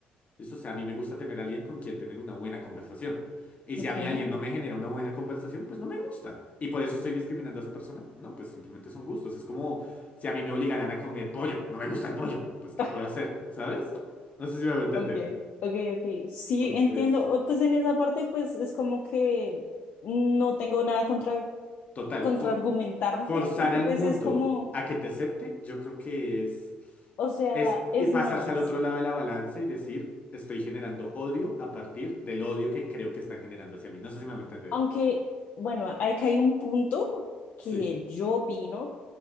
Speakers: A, on the left; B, on the left.
A: ¿Listo? O sea, a mí me gusta tener a alguien con quien tener una buena conversación. Y si
B: ok.
A: a mí alguien no me genera una buena conversación, pues no me gusta. ¿Y por eso estoy discriminando a esa persona? No, pues simplemente son gustos. Es como si a mí me obligaran a comer pollo. No me gusta el pollo. Pues, ¿qué
B: <laughs>
A: puedo hacer? ¿Sabes? No sé si me voy a entender.
B: Ok, ok, ok. Sí,
A: Entonces,
B: entiendo. O, Pues en esa parte, pues es como que no tengo nada contra
A: Total,
B: contraargumentarte,
A: for- forzar
B: porque
A: al
B: pues
A: mundo
B: es como,
A: a que te acepte, yo creo que es,
B: o sea,
A: es
B: es
A: y pasarse
B: más,
A: al otro lado de la balanza y decir, estoy generando odio a partir del odio que creo que están generando hacia mí. No sé si me va a entender.
B: aunque, bueno, hay que hay un punto que
A: Sí.
B: yo opino.